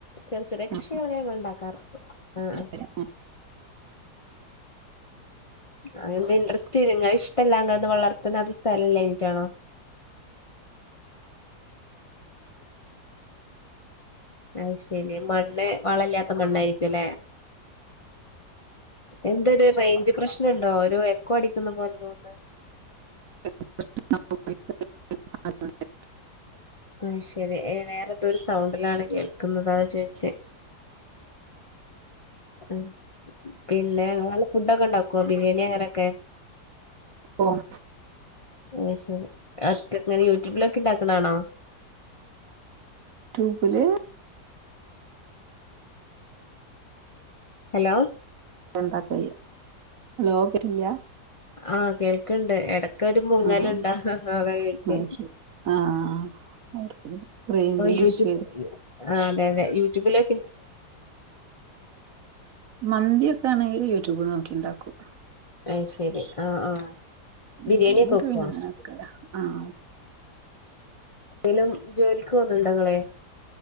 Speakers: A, on the left (about 45°); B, on the right (about 60°).
A: ചെറിയ ചെറിയ കൃഷികൾ
B: ആ
A: ഉണ്ടാക്കാറ് ആഹ്
B: ശരി
A: അത് ഇൻട്രസ്റ്റ് ഇങ്ങ ഇഷ്ടല്ലാങ്ക അത് വളർത്തണത് സ്ഥലം ഇല്ലാഞ്ഞിട്ടാണോ അയി ശരി മണ്ണ് വളം ഇല്ലാത്ത മണ്ണായിരിക്കുംല്ലെ എന്തൊരു റേഞ്ച് പ്രശ്നമുണ്ടോ ഒരു എക്കോ അടിക്കുന്ന പോലെ തോന്നുന്നത്
B: <unintelligible>
A: ആഹ് ശെരി വേറെന്തോരു സൗണ്ടിലാണ് കേൾക്കുന്നത് അതാ ചോദിച്ചേ ഉം പിന്നെ ഇങ്ങള് ഫുഡൊക്കെ ഉണ്ടാക്കോ ബിരിയാണി അങ്ങനെയൊക്കെ
B: ഓഹ്
A: അയ് ശരി ഒറ്റ ഇങ്ങനെ യൂട്യൂബിലൊക്കെ ഇണ്ടാക്ക്ണാണോ
B: യൂട്യൂബില്
A: ഹലോ
B: <unintelligible>
A: ആഹ് കേൾക്കണ്ട് ഇടക്കൊരു മുങ്ങലുണ്ട്
B: ആഹ്
A: അതാ ചോദിച്ചേ
B: അത് ശരി ആഹ് റേഞ്ചിന്റെ
A: യൂട്യൂബ്
B: ഇഷ്യൂ
A: ആഹ് അതെ അതെ യൂട്യൂബില്
B: മന്തി ഒക്കെ ആണെങ്കിൽ യൂട്യൂബ് നോക്കി ഉണ്ടാക്കും
A: അയി ശരി ആഹ് ആഹ് ബിരിയാണിയൊക്കെ
B: ബിരിയാണി ഒക്കെ
A: വെക്കോ
B: പിന്നെ അങ്ങനെ ആഹ്
A: എന്തേലും ജോലിക്ക് പോകുന്നുണ്ടോ ഇങ്ങള്